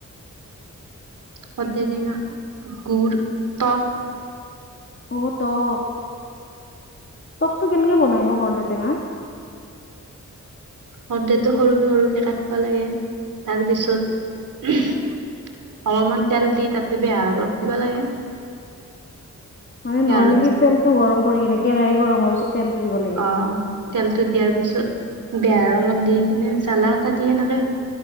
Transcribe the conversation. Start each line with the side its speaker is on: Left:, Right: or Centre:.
Right: কদ্দে তেঙা, গুড়, টক।
Left: অ', টক টকটো কেনেকে বনাইনো কৰৰ্দে টেঙা?
Right: কদ্দেটো সৰুকে সৰুকে কাটিবা লাগে তাৰপিছত অলপমান তেল দি তাতে বেহাৰ অলপ দিবা লাগে।
Left: মানে
Right: বেহাৰত
Left: নৰ্মেলি তেলটো গৰম কৰি কেনে কেৰাহী গৰম হোৱাৰ পিছত তেলটো দিব লাগে।
Right: অ', তেলটো দিয়াৰ পিছত তাৰ পিছত বেহাৰ অলপ দি কিনে জালা এটা দি এনেকে